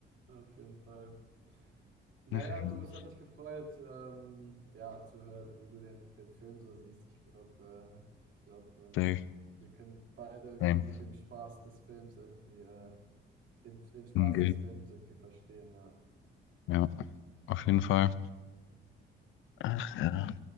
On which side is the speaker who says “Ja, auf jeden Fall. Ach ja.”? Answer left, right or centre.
Left